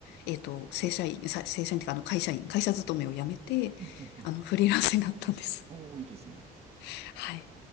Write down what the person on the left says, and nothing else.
えっと、正社員、さ正社員っていうか、あの、会社員、会社勤めを辞めて、
あの、フリーランスになったんです。
<laughs> はい。